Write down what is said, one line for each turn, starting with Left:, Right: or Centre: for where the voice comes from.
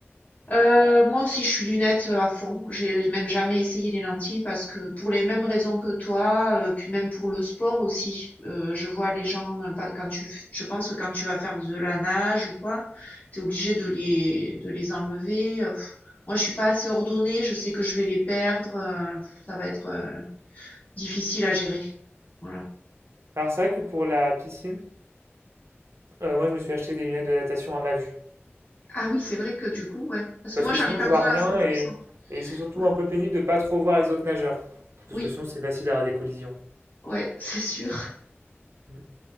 Left: Euh, moi aussi, je suis lunettes euh, à fond. J'ai j'ai même jamais essayé les lentilles parce que pour les mêmes raisons que toi, euh, puis même pour le sport aussi. euh, je vois les gens euh, pas- quand tu, f- je pense que quand tu vas faire de la nage ou quoi, t'es obligé de les de les enlever. euh, pff. moi, je suis pas assez ordonnée. Je sais que je vais les perdre. euh, pff, ça va être euh, difficile à gérer. Voilà.
Right: Alors, c'est vrai que pour la piscine, euh, moi, je me suis acheté des lunettes de natation à ma vue.
Left: Ah oui, c'est vrai que du coup, ouais. Parce que
Right: Parce
Left: moi,
Right: que
Left: j'en
Right: sinon,
Left: ai pas
Right: je vois
Left: besoin
Right: rien
Left: à 100%.
Right: et, et c'est surtout
Left: Ouais.
Right: un peu pénible de pas trop voir les autres nageurs. Parce
Left: Oui,
Right: que sinon, c'est facile d'avoir des collisions.
Left: ouais, <laughs> c'est sûr.
Right: Mm.